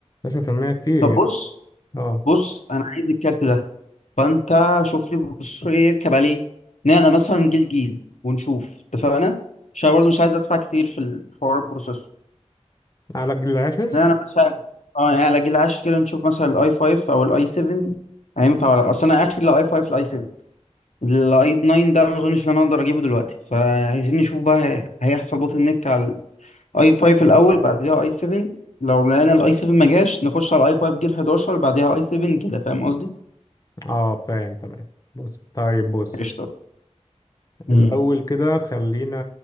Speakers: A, on the left; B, on the left.
A: 11% كتير
B: طب
A: يعني
B: بص
A: اه
B: بص أنا عايز الكارت ده فأنت شوف لي بص إيه يركب عليه نعمل مثلا جيل جيل ونشوف اتفقنا عشان برضه مش عايز أدفع كتير في الحوار البروسيسور
A: على الجيل العاشر
B: نعمل مثلا اه يعني على جيل 10 كده نشوف مثلا الأي 5 أو الأي 7 هينفع ولا أصل أنا آخر الأي 5 الأي 7 الاي 9 ده ما اظنش ان انا اقدر اجيبه دلوقتي فعايزين نشوف بقى هي- هيحصل بوتل نيك على الاي 5 الاول بعدها اي 7 لو لقينا الاي 7 ما جاش نخش على الاي 5 جيل 11 بعدها اي 7 كده فاهم قصدي
A: اه فاهم تمام بص طيب بص
B: قشطة امم
A: الأول كده خلينا